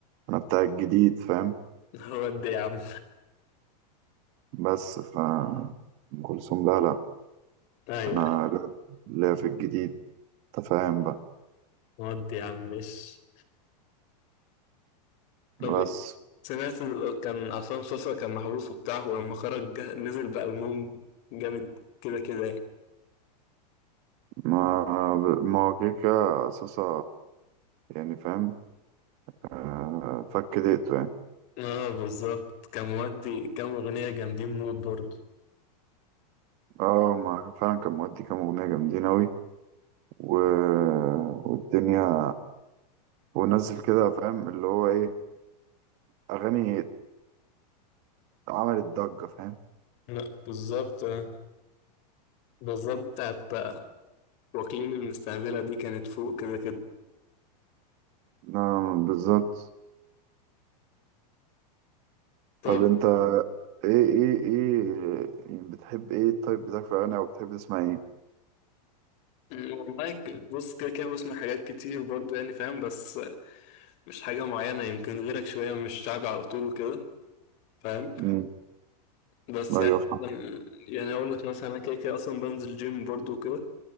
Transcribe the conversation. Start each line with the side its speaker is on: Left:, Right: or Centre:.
Right: أنا بتاع الجديد فاهم
Left: <laughs> ودي يا عم
Right: بس ف أم كلثوم لا لا
Left: ايوه
Right: أنا
Left: أيوة.
Right: لا لا في الجديد تفاهم بقى
Left: ودي يا عم ماشي طب
Right: بس
Left: إيه؟ سمعت ال- كان عصام سوسة كان محبوس وبتاع ولما خرج جا- نزل بألبوم جامد كده كده يعني
Right: ما ما هو كده كده صاصة يعني فاهم آه، فك دقته يعني
Left: اه بالظبط كان مودي كام أغنية جامدين موت برضه
Right: اه ما فعلا كان مودي كام أغنية جامدين أوي و... والدنيا ونزل كده فاهم اللي هو إيه أغاني عملت ضجة فاهم
Left: لا بالظبط آه. بالظبط بتاعت آه، واكلين المستقبلة دي كانت فوق كده كده
Right: نعم بالظبط
Left: طب
Right: طب أنت إيه إيه إيه يعني بتحب إيه التايب بتاعك في الأغاني أو بتحب تسمع إيه؟
Left: م، والله ك- بص كده كده بسمع حاجات كتير برضه يعني فاهم بس آه، مش حاجة معينة يمكن غيرك شوية مش شعبي على طول كده فاهم
Right: مم.
Left: بس
Right: أيوه
Left: يعني
Right: فاهم
Left: م، يعني أقول لك مثلا أنا كده كده أصلا بنزل جيم برضه كده